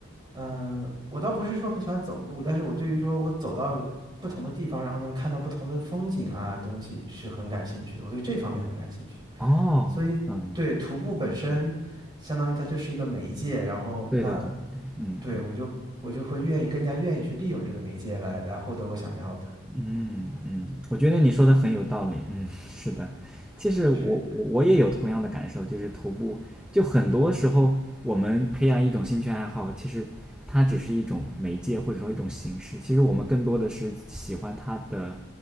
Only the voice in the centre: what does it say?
哦，
嗯，
对对对对对，嗯。
嗯嗯，我觉得你说的很有道理。嗯，是的，其实我我我也有同样的感受，
就是徒步，就很多时候我们培养一种兴趣爱好，其实它只是一种媒介或者说一种形式，其实我们更多的是喜欢它的